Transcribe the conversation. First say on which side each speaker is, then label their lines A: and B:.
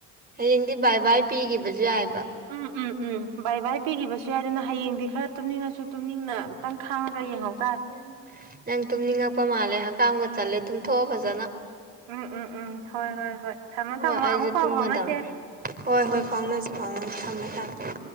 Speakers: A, on the right; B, on the right.
A: ꯍꯌꯦꯡꯗꯤ ꯕꯥꯏ ꯕꯥꯏ ꯄꯤꯈꯤꯕꯁꯨ ꯌꯥꯏ
B: ꯎꯝ ꯎꯝ ꯎꯝ ꯥꯏ ꯏ ꯍꯥꯄꯤꯈꯤꯕꯁꯨ ꯌꯥꯏꯗꯅ ꯍꯌꯦꯡꯗꯤ ꯈꯔ ꯇꯨꯝꯅꯤꯡꯉꯁꯨ ꯇꯨꯝꯅꯤꯡꯅ ꯑꯝꯇꯪ ꯈꯥꯡꯉꯒ ꯌꯦꯡꯍꯧꯦ
A: ꯎꯝ ꯅꯪ ꯇꯨꯝꯅꯤꯡꯉꯛꯄ ꯃꯥꯜꯂꯦ ꯍꯀꯥꯝꯒ ꯆꯠꯂꯦ ꯇꯨꯝꯊꯣꯛꯑꯣ ꯐꯖꯅ
B: ꯎꯝ ꯎꯝ ꯎꯝ ꯍꯣꯏ ꯍꯣꯏ ꯍꯣꯏ ꯊꯝꯃꯣ
A: ꯍꯣꯏ
B: ꯊꯝꯃꯣ
A: ꯑꯩꯁꯨ
B: ꯑꯃꯨꯛ ꯄꯥꯎ
A: ꯇꯨꯝꯃꯗꯕꯅꯦ
B: ꯐꯥꯎꯅꯁꯦ
A: ꯍꯣꯏ ꯍꯣꯏ ꯐꯥꯎꯅꯁꯤ ꯐꯥꯎꯅꯁꯤ ꯊꯝꯃꯦ ꯊꯝꯃꯦ